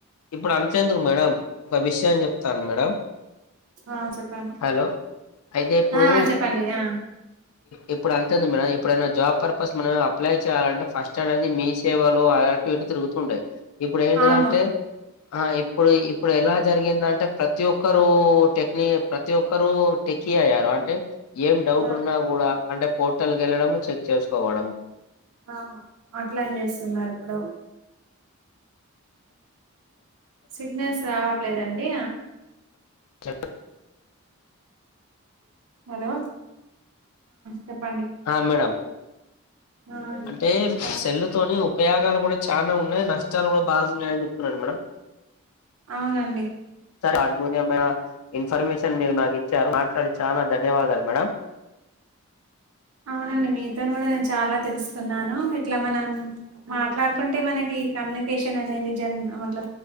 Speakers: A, on the left (about 75°); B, on the right (about 80°).
A: ఇప్పుడు అంతేందుకు మేడం ఒక విషయం చెప్తాను మేడం
B: ఆ చెప్పండి
A: హలో అయితే ఇప్పుడు
B: ఆ చెప్పండి ఆ
A: ఇప్పుడు అంతేంది మేడం ఇప్పుడైన జాబ్ పర్పస్ మనం అప్లై చేయాలంటే ఫస్ట్ అది మీ సేవలో అలాంటివి తిరుగుతుండాయి ఇప్పుడు ఏంటిదంటే
B: అవును
A: ఆ ఇప్పుడు ఇప్పుడు ఎలా జరిగిందంటే ప్రతి ఒక్కరు టెక్ని ప్రతి ఒక్కరు టెకి అయ్యారు అంటే ఏం డౌట్
B: ఆ,
A: ఉన్నా కూడ అంటే పోర్టల్కి వెళ్ళడము చెక్ చేసుకో <unintelligible>
B: అవును అట్ల అని చేస్తున్నారు ఇప్పుడు సిగ్నల్స్ రావట్లేదండి
A: చ
B: హలో చెప్పండి
A: ఆ మేడం
B: ఆ
A: అంటే
B: బ
A: సెల్లుతోని ఉపయోగాలు కూడ చాల ఉన్నాయి నష్టాలు కూడా బాగున్నాయని చెప్తున్నాను మేడ
B: అవునండి
A: హార్మోనియ ఇన్ఫర్మేషన్ మీరు మాకు ఇచ్చారు మాట్ల చాల ధన్యవాదాలు మేడం
B: అవునండి మీతోన్ కూడా నేను చాలా తెలుసుకున్నాను ఇట్లా మనం. మాట్లాడుకుంటే మనకి కమ్యూనికేషన్ అనేది జన్ మల